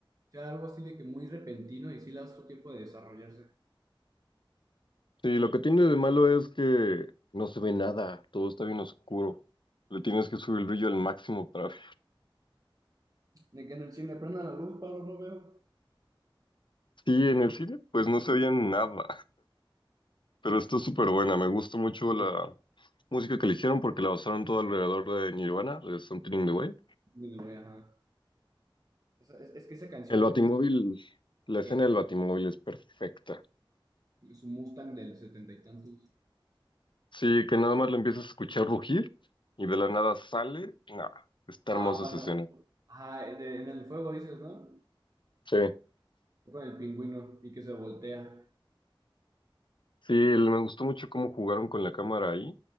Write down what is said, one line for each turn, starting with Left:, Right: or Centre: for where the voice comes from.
Right: sea algo así de que muy repentino y sí le das tu tiempo de desarrollarse.
Left: Sí, lo que tiene de malo es que no se ve nada, todo está bien oscuro. Le tienes que subir el brillo al máximo para ver.
Right: De que en el cine prenda la luz, paro, no veo.
Left: Sí, en el cine pues no se veía nada, pero está súper buena, me gustó mucho la
Right: Sí,
Left: música que eligieron porque la basaron todo alrededor de Nirvana, de Something in the Way.
Right: sí, me voy, ajá. Esa- Es, es que esa canción
Left: El Batimóvil, la escena
Right: queda.
Left: del Batimóvil es perfecta.
Right: Es un Mustang del setenta y tantos.
Left: Sí, que nada más lo empiezas a escuchar rugir y de la nada sale. Nah, está
Right: Ah,
Left: hermosa
Right: cuando.
Left: esa escena.
Right: Ajá, de- en el fuego dices, ¿no?
Left: Sí,
Right: Con el pingüino y que se voltea.
Left: sí, el- me gustó mucho cómo jugaron con la cámara ahí.